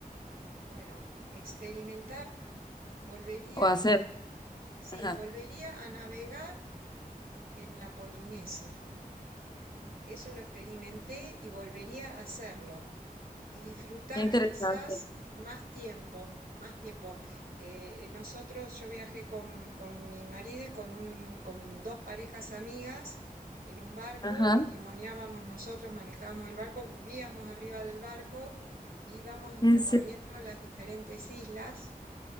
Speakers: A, on the right; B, on the left.
A: Bueno, experimentar, volvería,
B: o hacer?
A: sí,
B: Ajá,
A: volvería a navegar en la Polinesia. Eso lo experimenté y volvería a hacerlo. y disfrutar
B: qué interesante.
A: quizás más tiempo, más tiempo. Eh, nosotros, yo viajé con, con mi marido y con, un, con dos parejas amigas en un barco,
B: Ajá.
A: lo timoneábamos nosotros, manejábamos el barco, vivíamos arriba del barco, e íbamos
B: En
A: recorriendo
B: serio.
A: las diferentes islas